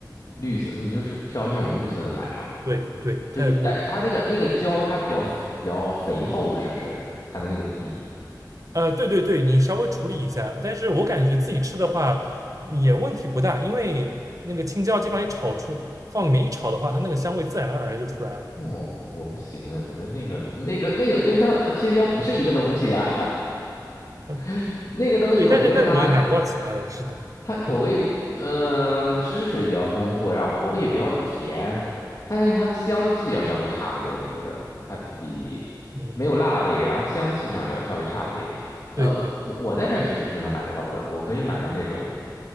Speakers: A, on the left; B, on the right.
A: 绿色，你就是挑那种绿色的买吗？
B: 对对，
A: 就但它那个那个椒，
B: 它有股
A: 它比较比较肥厚，是不是？它的那个壁，
B: 呃，对对对，你稍微处理一下，但是我感觉自己吃的话嗯也问题不大，因为那个青椒基本上一炒出，放里面一炒的话，它那个香味自然而然就出来了。
A: 哦，我不行哎，我觉得那个那个那个跟它青椒不是一个东西啊。
B: 呃，
A: <laughs> 那个东西，
B: 对，但是那我也买不到其他的，
A: 我觉得它
B: 是的，
A: 它口味，
B: 嗯
A: 嗯、汁水比较丰富，然后口味比较甜，但是它的香气要稍微差一点，我觉得它比没有辣味，
B: 嗯，
A: 然后香气上要稍微差一点。
B: 对对
A: 呃，我我在这儿其实是能买得到的，
B: 是的
A: 我可以买到那种